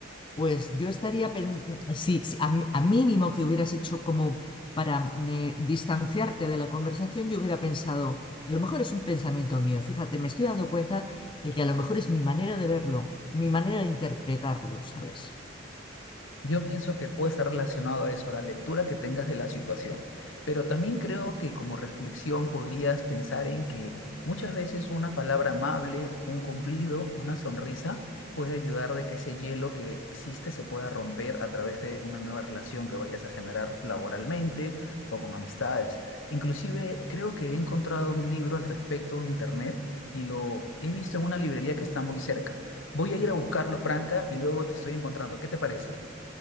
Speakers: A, on the left (about 25°); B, on the left (about 80°).
A: pues yo estaría pensando, si, si a, mi- a mínimo que hubieras hecho como para eh, distanciarte de la conversación, yo hubiera pensado, a lo mejor es un pensamiento mío, fíjate, me estoy dando cuenta de que a lo mejor es mi manera de verlo, mi manera de interpretarlo, ¿sabes?
B: Yo pienso que puede estar relacionado a eso, a la lectura que tengas de la situación. Pero también creo que como reflexión podrías pensar en que muchas veces una palabra amable, un cumplido, una sonrisa puede ayudar de que ese hielo que existe se pueda romper a través de una nueva relación que vayas a generar laboralmente o con amistades. Inclusive creo que he encontrado un libro al respecto en internet y lo he visto en una librería que está muy cerca. Voy a ir a buscarlo, Franca, y luego te estoy encontrando. ¿Qué te parece?